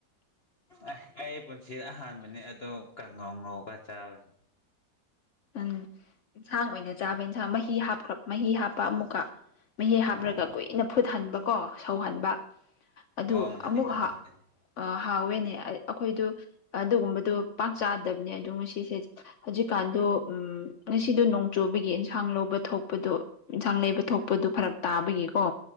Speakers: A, on the left; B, on the left.
A: ꯑꯥ ꯑꯩ ꯄꯨꯟꯁꯤ ꯑꯍꯥꯟꯕꯅꯤ ꯑꯗꯨ ꯀꯥꯡꯉꯧ ꯉꯧꯒ ꯆꯥꯕꯁꯤ
B: ꯎꯝ ꯌꯦꯟꯁꯥꯡ ꯑꯣꯏꯅ ꯆꯥꯕ ꯏꯟꯁꯥꯡ ꯃꯍꯤ ꯍꯥꯞꯈ꯭ꯔ ꯃꯍꯤ ꯍꯥꯞꯄ ꯑꯃꯨꯛꯀ ꯃꯍꯤ ꯍꯥꯞꯄꯂꯒ
A: ꯑꯣ
B: ꯀꯨꯏꯅ ꯐꯨꯠꯍꯟꯕꯀꯣ ꯁꯧꯍꯟꯕ ꯑꯗꯨ
A: ꯍꯥꯎꯔꯝꯒꯅꯤ
B: ꯑꯃꯨꯛ
A: ꯍꯥꯎꯔꯝꯒꯅꯤ
B: ꯑꯥ ꯍꯥꯎꯋꯦꯅꯦ ꯑꯩꯈꯣꯏꯗꯨ ꯑꯗꯨꯒꯨꯝꯕꯗꯨ ꯆꯥꯗꯕꯅꯦ ꯑꯗꯣ ꯉꯁꯤꯁꯦ ꯍꯧꯖꯤꯛꯀꯥꯟꯗꯣ ꯎꯝ ꯉꯁꯤꯗꯣ ꯅꯣꯡ ꯆꯨꯕꯒꯤ ꯑꯦꯟꯁꯥꯡ ꯂꯧꯕ ꯊꯣꯛꯄꯗꯣ ꯏꯟꯁꯥꯡ ꯂꯩꯕ ꯊꯣꯛꯄꯗꯨ ꯐꯔꯛ ꯇꯥꯕꯒꯤꯀꯣ